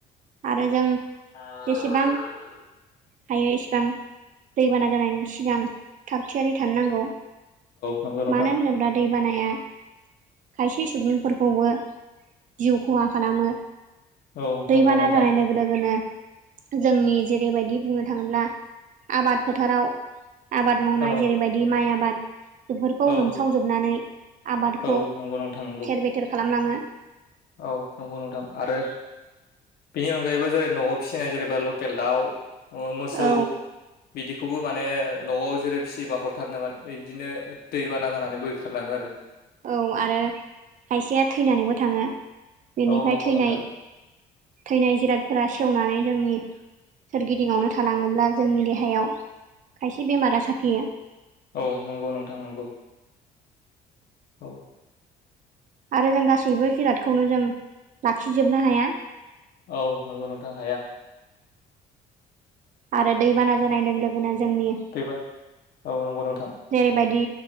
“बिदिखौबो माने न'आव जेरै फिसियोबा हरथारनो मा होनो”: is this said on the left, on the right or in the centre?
Left